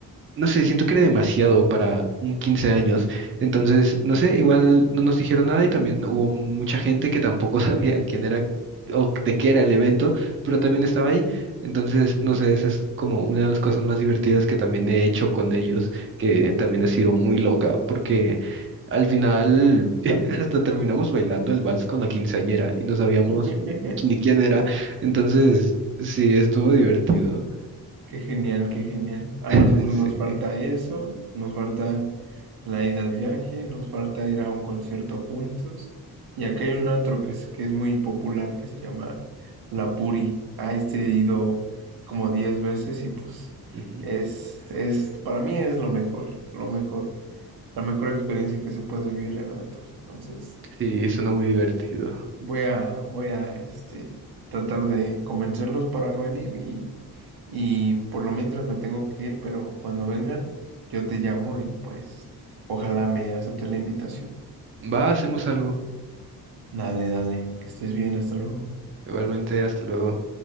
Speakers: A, on the right; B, on the right.
A: no sé, siento que era demasiado para un 15 años. Entonces, no sé, igual no nos dijeron nada y también hubo mucha gente que tampoco <laughs> sabía quién era o de qué era el evento, pero también estaba ahí. Entonces, no sé, esa es como una de las cosas más divertidas que también he hecho con ellos, que también ha sido muy loca, porque al final <laughs> hasta terminamos bailando el vals con la quinceañera y no sabíamos
B: <laughs>
A: ni quién era. Entonces, sí, estuvo divertido.
B: Qué genial, qué genial. A
A: <laughs>
B: nosotros nos falta eso, nos falta la ida al viaje, nos falta ir a un concierto juntos. Y acá hay un antro que es, que es muy popular, que se llama La Puri. A este he ido como 10 veces y pues
A: Sí.
B: es, es, para mí es lo mejor, lo mejor, la mejor experiencia que se puede vivir en antros. Entonces,
A: Sí, suena muy divertido.
B: Voy a, voy a este, tratar de convencerlos para venir y, y por lo mientras me tengo que ir, pero cuando vengan yo te llamo y pues ojalá me aceptes la invitación.
A: Va, hacemos algo.
B: Dale, dale, que estés bien, hasta luego.
A: Igualmente, hasta luego.